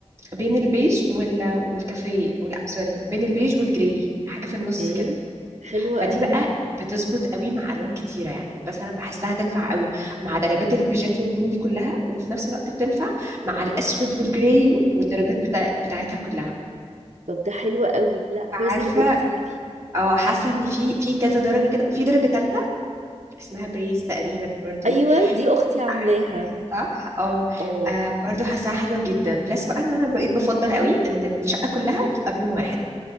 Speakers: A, on the right; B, on the right.
A: بين البيج وال والكافيه لا سوري بين البيج والجري حاجه في النص
B: اوكي
A: كده
B: حلوه
A: فدي
B: قوي
A: بقى بتظبط قوي مع الوان كتيره يعني بس انا بحسها تنفع قوي مع درجات البيجات والبني كلها وفي نفس الوقت بتنفع مع الاسود والجراي والدرجات بتا... بتاعتها كلها
B: طب ده حلو قوي لا كويس
A: عارفه
B: انك قلتي لي
A: اه حاسه ان في في كذا درجه كده وفي درجه ثالثه اسمها بريز تقريبا برضو
B: ايوه دي اختي عاملاها
A: عارفاها صح اه
B: اه
A: آه، برضو حاساها حلوه جدا بلس بقى ان انا بقيت بفضل قوي ان الشقه كلها تبقى بلون واحد